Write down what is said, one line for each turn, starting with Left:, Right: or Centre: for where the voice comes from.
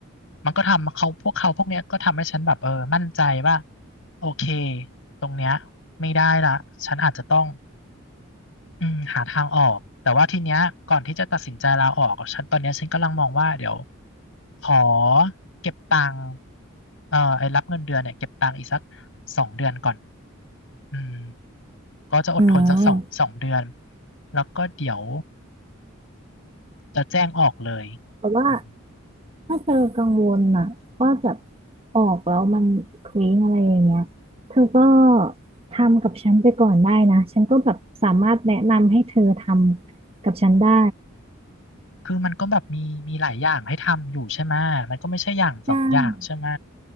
Left: มันก็ทำเขาพวกเขาพวกเนี้ยก็ทำให้ฉันแบบเออมั่นใจว่าโอเคตรงเนี้ยไม่ได้ละฉันอาจจะต้องอืมหาทางออกแต่ว่าทีเนี้ยก่อนที่จะตัดสินใจลาออกฉันตอนเนี้ยฉันกำลังมองว่าเดี๋ยวขอเก็บตังค์เอ่อไอ้รับเงินเดือนเนี่ยเก็บตังค์อีกสักสองเดือนก่อนอืม ก็จะอดทนสักสองสองเดือน
Right: อืม
Left: แล้วก็เดี๋ยวจะแจ้งออกเลย
Right: แต่ว่า
Left: อืม
Right: ถ้าเธอกังวลน่ะว่าแบบออกแล้วมันเคว้งอะไรอย่างเงี้ย เธอก็ทำกับฉันไปก่อนได้นะ ฉันก็แบบสามารถแนะนำให้เธอทำกับฉันได้
Left: คือมันก็แบบมีมีหลายอย่างให้ทำอยู่ใช่ไหมมันก็ไม่ใช่อย่างสองอย่างใช่ไหม
Right: ได้